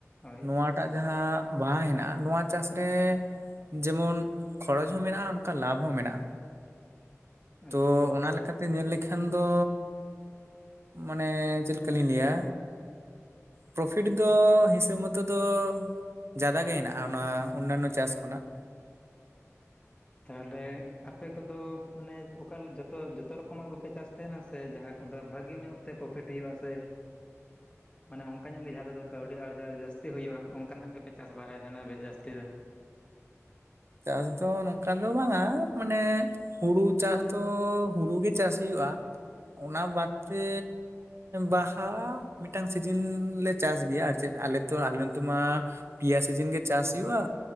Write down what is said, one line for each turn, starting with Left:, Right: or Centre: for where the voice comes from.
Left: ᱦᱳᱭ
Right: ᱱᱚᱣᱟ ᱴᱟᱜ, ᱡᱟᱦᱟᱸ ᱵᱟᱦᱟ ᱦᱮᱱᱟᱜᱼᱟ, ᱱᱚᱣᱟ ᱪᱟᱥ ᱨᱮ ᱡᱮᱢᱚᱱ, ᱠᱷᱚᱨᱚᱪ ᱦᱚᱸ ᱢᱮᱱᱟᱜᱼᱟ, ᱚᱱᱠᱟ ᱞᱟᱵᱷ ᱦᱚᱸ ᱢᱮᱱᱟᱜᱼᱟ,
Left: ᱟᱪᱪᱷᱟ
Right: ᱛᱚ ᱚᱱᱟ ᱞᱮᱠᱟᱛᱮ, ᱛᱮ, ᱧᱮᱞ ᱞᱮᱠᱷᱟᱱ ᱫᱚ, ᱢᱟᱱᱮ, ᱪᱮᱫ ᱞᱮᱠᱟᱞᱤᱧ ᱞᱟᱹᱭᱟ? ᱯᱨᱚᱯᱷᱤᱴ ᱫᱚ, ᱦᱤᱥᱟᱹᱵᱽ ᱢᱚᱛᱚ ᱫᱚ, ᱡᱟᱫᱟ ᱜᱮ, ᱦᱮᱱᱟᱜᱼᱟ, ᱚᱱᱟ, ᱚᱱᱟᱚᱱᱟ ᱪᱟᱥ ᱠᱷᱚᱱᱟᱜ
Left: ᱛᱟᱦᱚᱞᱮ ᱟᱯᱮ ᱠᱚᱫᱚ ᱢᱟᱱᱮ ᱚᱠᱟ ᱡᱚᱛᱚ ᱡᱚᱛᱚ ᱨᱚᱠᱚᱢᱟᱜ ᱜᱮᱯᱮ ᱪᱟᱥ ᱛᱟᱦᱮᱱᱟ ᱥᱮ ᱥᱮ ᱡᱟᱦᱟᱸ ᱠᱚᱫᱚ ᱵᱷᱟᱜᱮ ᱧᱚᱜ ᱛᱮ ᱯᱨᱚᱯᱷᱤᱴ ᱦᱩᱭᱩᱜᱼᱟ ᱥᱮ ᱢᱟᱱᱮ ᱚᱱᱠᱟ ᱧᱚᱜ ᱜᱮ ᱡᱟᱦᱟᱸ ᱛᱮᱫᱚ ᱠᱟᱹᱣᱰᱤ ᱟᱨᱡᱟᱣ ᱡᱟᱹᱥᱛᱤ ᱦᱩᱭᱩᱜᱼᱟ ᱚᱱᱠᱟᱱᱟᱜ ᱜᱮᱯᱮ ᱪᱟᱥ ᱵᱟᱲᱟᱭ ᱛᱟᱦᱮᱱᱟ ᱵᱮᱥ ᱡᱟᱹᱥᱛᱤ ᱫᱚ
Right: ᱪᱟᱥ ᱫᱚ ᱱᱚᱝᱠᱟ ᱫᱚ ᱵᱟᱝᱟ ᱢᱟᱱᱮ ᱦᱩᱲᱩ ᱪᱟᱥ ᱫᱚ ᱦᱩᱲᱩ ᱜᱮ ᱪᱟᱥ ᱦᱩᱭᱩᱜᱼᱟ ᱚᱱᱟ ᱵᱟᱫᱛᱮ ᱵᱟᱦᱟ ᱢᱤᱫᱴᱟᱝ ᱥᱤᱡᱤᱱ ᱞᱮ ᱪᱟᱥ ᱜᱮᱭᱟ ᱟᱨ ᱪᱮᱫ ᱟᱞᱮ ᱟᱞᱮ ᱱᱤᱛᱚᱜ ᱢᱟ ᱯᱮᱭᱟ ᱥᱤᱡᱤᱱ ᱜᱮ ᱪᱟᱥ ᱦᱩᱭᱩᱜᱼᱟ